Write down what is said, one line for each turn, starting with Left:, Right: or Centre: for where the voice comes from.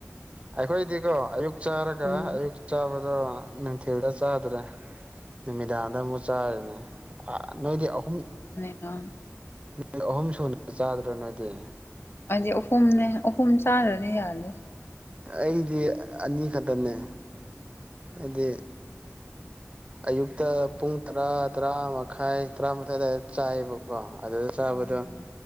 Right: ꯑꯩꯈꯣꯏꯗꯤꯀꯣ ꯑꯌꯨꯛ ꯆꯥꯔꯒ
Left: ꯎꯝ
Right: ꯑꯌꯨꯛ ꯆꯕ ꯑꯗꯣ ꯅꯨꯡꯊꯤꯜꯗ ꯆꯥꯗ꯭ꯔꯦ ꯅꯨꯃꯤꯗꯥꯡꯗ ꯑꯃꯨꯛ ꯆꯥꯔꯤꯅꯦ ꯅꯣꯏꯗꯤ ꯑꯍꯨꯝ
Left: ꯎꯝ
Right: ꯅꯨꯃꯤꯠ ꯑꯍꯨꯝ ꯁꯨꯅ ꯆꯥꯗ꯭ꯔꯥ ꯅꯣꯏꯗꯤ
Left: ꯍꯥꯏꯗꯤ ꯑꯍꯨꯝꯅꯦ ꯑꯍꯨꯝ ꯆꯥꯔꯗꯤ ꯌꯥꯅ
Right: ꯑꯩꯗꯤ ꯑꯅꯤꯈꯛꯇꯅꯦ ꯍꯥꯏꯗꯤ ꯑꯌꯨꯛꯇ ꯄꯨꯡ ꯇꯔꯥ ꯇꯔꯥ ꯃꯈꯥꯏ ꯇꯔꯥꯃꯊꯥꯏꯋꯥꯏ ꯆꯥꯏꯑꯕꯀꯣ ꯀꯣ ꯑꯗꯨꯗ ꯆꯥꯕꯗ
Left: ꯎꯝ